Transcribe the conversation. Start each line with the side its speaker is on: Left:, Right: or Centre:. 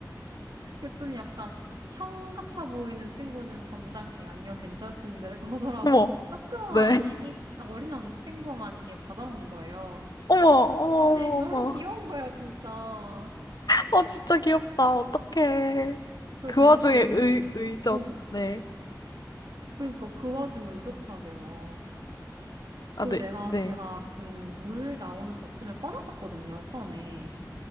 Right: <laughs> 그랬더니 약간 형 같아 보이는 친구는 점잖게 아니요, 괜찮습니다를 거절하고
Left: 어머,
Right: 조그만
Left: 네.
Right: 애기,
Left: <laughs>
Right: 아, 어린 친구만 이렇게 받아먹는 거예요.
Left: 어머, 어머,
Right: 근데 <laughs> 너무
Left: 어머, 어머.
Right: 귀여운 거예요, 진짜.
Left: 어, 진짜 귀엽다. 어떡해.
Right: 그래서
Left: 그
Right: 제가
Left: 와중에
Right: 그,
Left: 의, 의젓.
Right: 어,
Left: 네.
Right: 그러니까 그 와중에 의젓하게 막, 그
Left: 아, 네,
Right: 내가,
Left: 네,
Right: 제가 그 물 나오는 버튼을 꺼놨었거든요, 처음에.